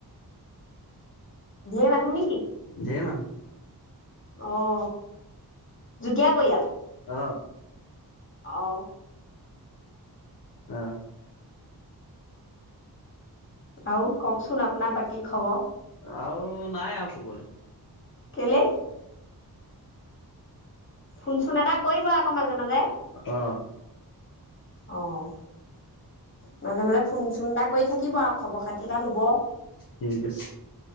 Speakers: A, on the left; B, on the left.
A: ঢেৰ মানুহ নেকি?
B: ঢেৰ মানুহ।
A: অঁ যুটীয়া পৰিয়াল?
B: অঁ।
A: অঁ।
B: অঁ।
A: আৰু কওকচোন আপোনাৰ বাকী খবৰ?
B: আৰু নাই আৰু কবলে।
A: কেলে? শুনচোন এাদটা কৰিব আকৌ মাজে-মাজে।
B: অ
A: অ', মাজে-মাজে ফোন চোন এটা কৰি থাকিব আৰু খবৰ খাতি এটা লব।
B: ঠিক আছে